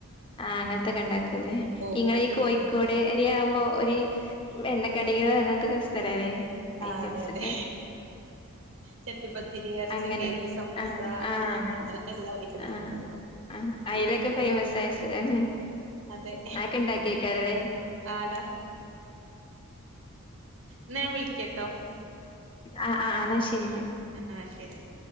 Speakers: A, on the left; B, on the right.
A: ആഹ് അങ്ങനത്തൊക്കെ ഇണ്ടാക്കൂല്ലേ
B: ഓ
A: ഇങ്ങള്
B: പൊരിക്കടി
A: ഈ കോഴിക്കോട്
B: ഉണ്ടാക്കും
A: രിയാവുമ്പോ ഒരു എണ്ണക്കടികൾ അങ്ങനത്തെക്കെ ഇ സ്ഥലവെ
B: ആ
A: ഐറ്റംസ്
B: അതെ അതെ
A: ഒക്കെ
B: ചട്ടിപ്പത്തിരി ഇറച്ചി
A: അങ്ങനെ
B: കേക്ക് സമൂസ
A: ആഹ് ആഹ്
B: അങ്ങനെ എല്ലാ ഐറ്റംസ്
A: ആഹ്
B: ഒക്കെ ഉണ്ടാവും
A: ആഹ് ഐലൊക്കെ ഫേയ്മസ് ആയ സ്തലാണ്
B: അതെ
A: ആക്കോഇണ്ട കേക്കാരല്ലേ
B: ആടാ ഇന്നാ ഞാൻ വിളിക്കട്ടോ
A: ആഹ് ആഹ് ആഹ് എന്നാൽ ശരിന്ന
B: ആഹ് ശരി ഇന്നാ